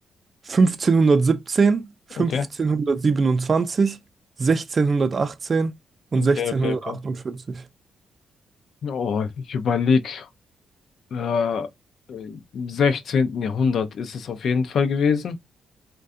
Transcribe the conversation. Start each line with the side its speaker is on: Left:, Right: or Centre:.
Right: 1517, 1527,
Left: Okay,
Right: 1618 und
Left: okay,
Right: 1648.
Left: okay, okay. Oh, ich überlege, äh, im sechzehnten Jahrhundert ist es auf jeden Fall gewesen,